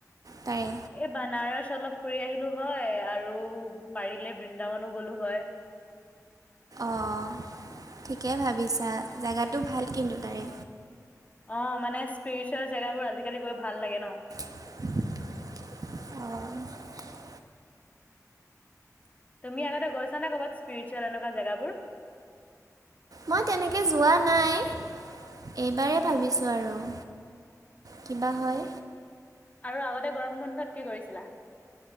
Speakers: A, on the right; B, on the left.
A: তাৰে?
B: এই বানাৰস অলপ ফুৰি আহিলো হয় আৰু পাৰিলে বৃন্দাবনো গ'লো হয়।
A: অঁ' ঠিকে ভাবিছা, জেগাটো ভাল কিন্তু তাৰে।
B: অঁ' মানে স্পিৰিচুৱেল জেগাবোৰ আজিকালি গৈ ভাল লাগে ন'।
A: অঁ।
B: তুমি আগতে গৈছা নে ক'ৰবাত স্পিৰিুৱেল এনেকুৱা জেগাবোৰ?
A: মই তেনেকৈ যোৱা নাই, এইবাৰেই ভাবিছোঁ আৰু। কি বা হয়।
B: আৰু আগতে গৰম বন্ধত কি কৰিছিলা?